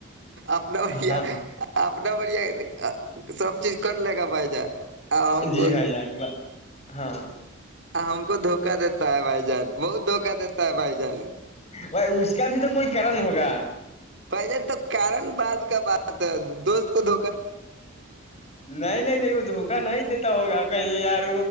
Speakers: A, on the right (about 60°); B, on the left (about 30°).
A: اپنا بڑھیا
B: ہاں ہاں
A: اپنا بڑھیا سب چیز کر لے گا بھائی جار ہم
B: جی
A: کو
B: بھائی جان ہاں
A: ہم کو دھوکا دیتے تا ہے بائی جان بہت دھوکا دیتا ہے بائی جان
B: بائی اس کا بھی تو کوئی کرن ہوگا
A: بھ جان تو کارن بعد کا بات ہے دوست کو د
B: نہیں نہیں نہیں وہ دھوکا نہیں دیتا ہوگا کہیں یار